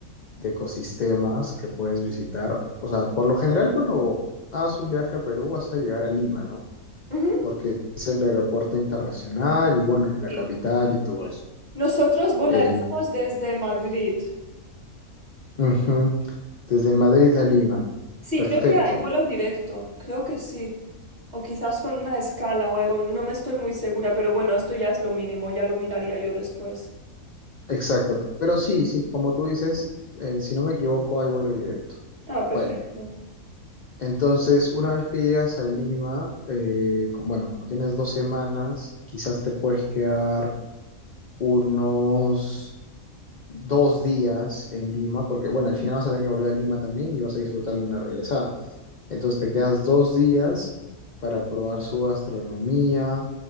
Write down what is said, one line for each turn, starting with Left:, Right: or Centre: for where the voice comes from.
Left: de ecosistemas que puedes visitar. O sea, por lo general cuando haces un viaje a Perú vas a llegar a Lima, ¿no?
Right: Ujú,
Left: porque es el aeropuerto internacional y bueno, y la
Right: sí.
Left: capital y todo eso.
Right: Nosotros volaríamos
Left: Eh,
Right: desde Madrid.
Left: ujú, Desde Madrid a Lima.
Right: Sí,
Left: Perfecto,
Right: creo que hay vuelo directo, creo que sí. O quizás con una escala o algo, no me estoy muy segura, pero bueno, esto ya es lo mínimo, ya lo miraría yo después.
Left: exacto. Pero sí, sí, como tú dices, eh, si no me equivoco, hay vuelo directo.
Right: Ah, perfecto.
Left: Bueno, entonces, una vez que llegas a Lima, eh, com- bueno, como tienes dos semanas, quizás te puedes quedar unos dos días en Lima, porque bueno, al final vas a tener que volver a Lima también y vas a disfrutar una regresada. Entonces te quedas dos días para probar su gastronomía